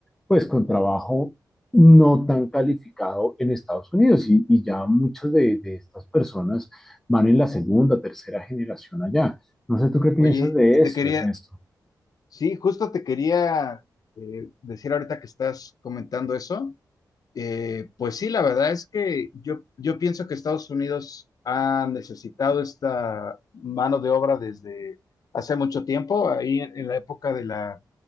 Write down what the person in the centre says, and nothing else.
pues con trabajo no tan calificado en Estados Unidos y, y ya muchas de, de, estas personas van en la segunda, tercera generación allá. No sé tú qué piensas
de eso,
Ernesto.